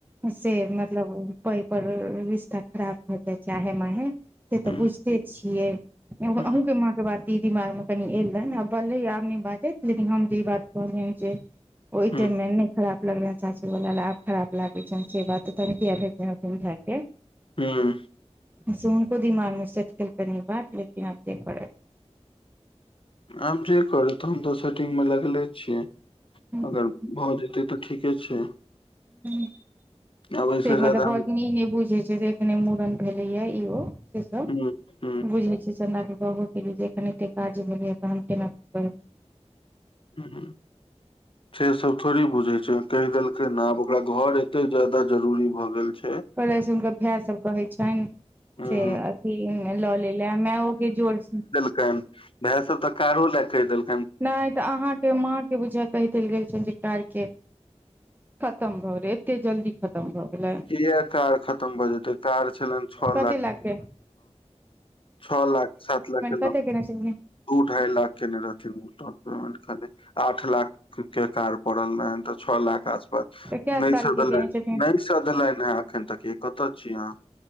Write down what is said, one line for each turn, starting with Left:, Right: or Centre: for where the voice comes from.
Right: से मतलब पै पर रिश्ता खराब भ जाइ छै आहे माहे से
Left: हँ
Right: तऽ बुझ छै छियै अहूँ
Left: हँ
Right: के माँ के बात दीदी दिमाग मे कनि एल रहै आ बललै आब नहि बाजत लेकिन हम जे ई बात कहलियनि जे ओहि
Left: हँ
Right: टाइम मे नहि खराब लगैया चाची वला आब खराब लागे छ तन भेय के
Left: हूँ
Right: से हुनको दिमागमे सेट केलकैन ई बात लेकिन अब जे करत
Left: आब जे करथुन दोसर तो सेटिंग में लगले छि
Right: करत
Left: अगर भऽ जेतै तऽ ठीके छै
Right: हू से
Left: आब एहिसँ जादा
Right: मतलब कहलखिन ई नहि बूझ जे छै एखने मूड़न भेले या इहो से सब
Left: हुं हुं
Right: बुझे छै चन्दा कऽ के जेखन एते काज भेलैया तहन केना <unintelligible>
Left: हू हू से सब थोड़ी बुझै छै ओ कहि देलकै ने आब ओकरा घर एते ज्यादा जरूरी भ गेल छै
Right: कले से हुनकर भाय सब कहै छनि
Left: हुं
Right: अथि लऽ लेलय मेयो कऽ जोर
Left: तेहन भाय सब तऽ कारो ले कहि देलक
Right: नहि तऽ अहाँके माँ के बुझ कहि देल गेल छनि जे कार्य के खतम भऽ गेलय एते जल्दी खतम भऽ गेलै
Left: किया कार खतम भऽ जेतै कार छलनि छओ
Right: कते लाख के
Left: छ लाख सात लाखके
Right: कते
Left: दू
Right: केने छलखिन
Left: ढ़ाई लाख केने रहथिन ओ डाउन पेमेंट खाली आठ लाख के कार्य पड़ल रहैन तऽ छओ लाख आसपास
Right: तऽ कए
Left: नहि
Right: सालके
Left: तऽ।
Right: केने छथिन
Left: सधलनि हैं अखन तक ये कतऽ छी अहाँ